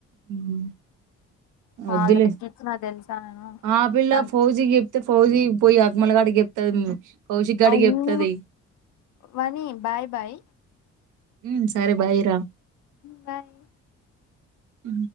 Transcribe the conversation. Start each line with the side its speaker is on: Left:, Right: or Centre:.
Right: హ
Left: చాలా
Right: వద్దులే
Left: తగ్గించిన తెలుసా నేను
Right: ఆ పిల్ల
Left: నాకు
Right: ఫౌజీ చెప్తే ఫౌజీ పోయి ఆత్మలగాడికి చెప్తది కౌశిక్ గాడికి
Left: అవును
Right: చెప్తది
Left: వానీ బాయ్ బయ్
Right: ఉ సరే బైరా
Left: బాయ్
Right: అ